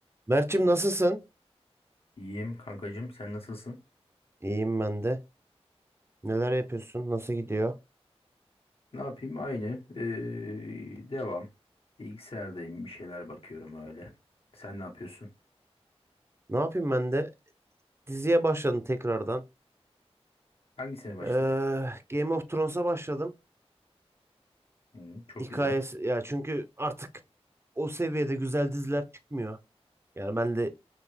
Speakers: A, on the right; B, on the left.
A: Mert'cim nasılsın?
B: İyiyim kankacığım sen nasılsın?
A: İyiyim ben de. Neler yapıyorsun? Nasıl gidiyor?
B: Ne yapayım aynı. Ee, devam. Bilgisayardayım bir şeyler bakıyorum öyle. Sen ne yapıyorsun?
A: Ne yapayım ben de? Diziye başladım tekrardan.
B: Hangisine başladın?
A: Ee, Game of Thrones'a başladım.
B: Hı, çok
A: Hikayesi
B: güzel.
A: ya çünkü artık o seviyede güzel diziler çıkmıyor. Yani ben de